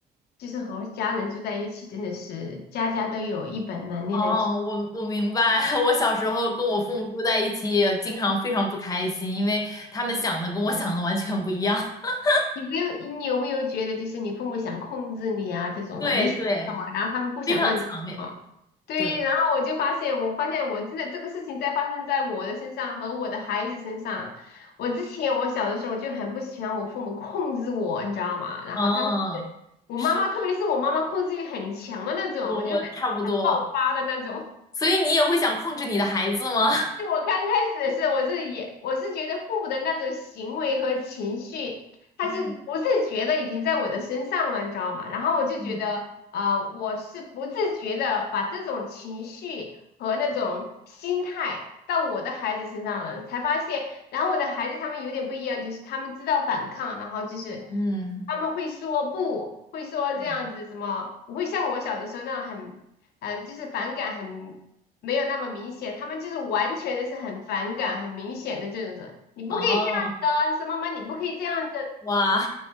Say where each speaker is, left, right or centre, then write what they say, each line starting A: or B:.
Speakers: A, on the left; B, on the left.
A: 就是和家人住在一起，真的是家家都有一本难念的经。
B: 哦，我我明白。<laughs> 我小时候跟我父母住在一起，也经常非常不开心，因为他们想的跟我想的完全不一样。<laughs>
A: 你没有你有没有觉得就是你父母想控制你啊这种的，
B: 对对，
A: 你想什么，然后他们不想让你做什么？
B: 非常强烈。
A: 对，
B: 对，
A: 然后我就发现，我发现我真的这个事情在发生在我的身上和我的孩子身上。我之前我小的时候就很不喜欢我父母控制我，你知道吗？然后他们是我妈妈，
B: 嗯，是，
A: 特别是我妈妈控制欲很强的那种，
B: 我我差不多。
A: 我就很很爆发的那种。
B: 所以你也会想控制你的孩子吗？<laughs>
A: 因为我刚开始是我是也我是觉得父母的那种行为和情绪，他是不自觉的已经在我的身上了，
B: 嗯
A: 你知道吗？然后我就觉得啊、
B: 嗯
A: 呃我是不自觉的把这种情绪和那种心态到我的孩子身上了，才发现，然后我的孩子他们有点不一样，就是他们知道反抗，然后就是
B: 嗯，
A: 他们会说不，会说这样子什么，
B: 嗯
A: 不会像我小的时候那样很。嗯，呃就是反感很没有那么明显，他们就是完全的是很反感、很明显的这种人，你不可以这样子的，
B: 哦，
A: 说妈妈你不可以这样子
B: 哇，